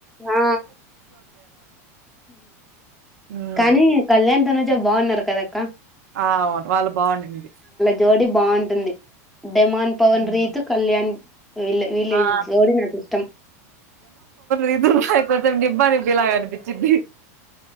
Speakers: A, in the centre; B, on the right.
A: ఆ
B: హ్మ్.
A: కానీ కళ్యాన్ తన్ చెం బాగున్నారు కద అక్కా
B: ఆ అవును వాళ్ళు బాగుండింది
A: జోడి బాగుంటుంది డెమాన్ పవన్
B: హ్మ్.
A: రీతు కళ్యాణ్ వీళ్ వీళ్ళ
B: ఆ!
A: జోడి నాకు ఇష్టం
B: రీతూ అయిపోతేం నిబ్బా నిబ్బి లాగా అనిపించింది